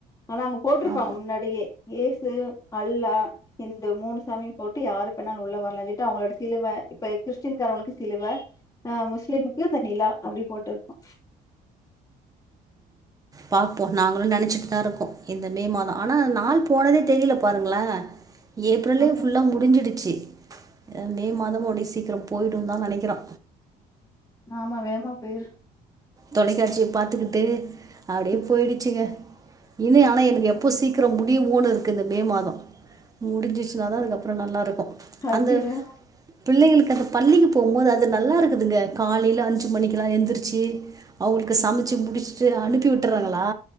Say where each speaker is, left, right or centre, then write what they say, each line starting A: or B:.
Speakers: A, on the left (about 20°); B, on the right (about 20°).
A: ஆனா அங்க போட்டிருப்பாங்க
B: ஆ
A: முன்னாடியே இயேசு அல்லா இந்து மூணு சாமியு போட்டு யாருக் ப்ப நாங்க உள்ள வரலாஞ்சொல்லிட்டு அவங்களோட சிலுவை இப்ப கிறிஸ்டின்காரங்களுக்கு சிலுவ அ முஸ்லிமுக்கு இந்த நிலா அப்டி போட்டுருக்கு
B: பாப்போம் நாங்களு நெனச்சிட் தா இருக்கோ இந்த மே மாதம் ஆனா நாள் போனதே தெரியல பாருங்களே ஏப்ரலு
A: ஆமா,
B: ஃபுல்லா முடிஞ்சிடுச்சு மே மாதமு அடிய சீக்கிரம் போய்டும் தா நெனைக்கிறோ
A: ஆமா வேகமா போயிரு
B: தொலைக்காட்சிய பாத்துக்கிட்டு அப்படியே
A: ம்.
B: போயிடுச்சுங்க இனி ஆனா எனக்கு எப்போ சீக்கிரம் முடியுமோனு இருக்கு இந்த மே மாதம் முடிஞ்சிடுச்சுனா தா அதுக்கப்புறம் நல்லாருக்கு
A: அப்டியா?
B: அந்த பிள்ளைகளுக்கு அந்த பள்ளிக்கு போம்போது அது நல்லா இருக்குதுங்க காலையில அஞ்சு மணிக்குலா எந்திரிச்சு அவங்களுக்கு சமைச்சு முடிச்சிட்டு அனுப்பிவிட் றாங்களா